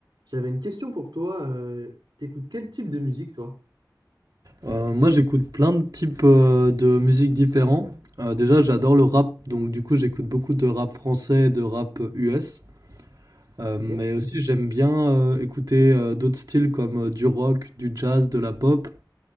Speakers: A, on the right (about 80°); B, on the right (about 55°).
A: J'avais une question pour toi. euh, t'écoutes quel type de musique, toi?
B: Euh, moi, j'écoute plein de types euh, de musique différents. Euh, déjà, j'adore le rap, donc du coup, j'écoute beaucoup de rap français et de rap US. Euh,
A: Ok,
B: mais aussi, j'aime bien euh, écouter euh, d'autres styles comme euh, du rock, du jazz, de la pop.